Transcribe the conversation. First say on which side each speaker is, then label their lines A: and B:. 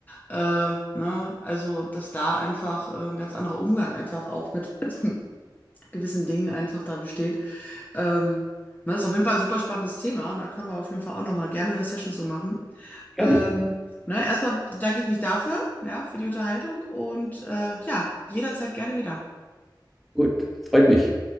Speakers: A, on the left; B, in the centre.
A: Äh, ne? Also, dass da einfach äh, ein ganz anderer Umgang einfach auch mit <laughs> gewissen Dingen einfach da besteht. Ähm, ne, ist auf jeden Fall ein super spannendes Thema. und Da können wir auf jeden Fall auch nochmal gerne eine Session so machen.
B: Gerne.
A: Ähm, ne? Erstmal bedanke ich mich dafür, ja, für die Unterhaltung und äh, ja, jederzeit gerne wieder.
B: Gut. Freut mich.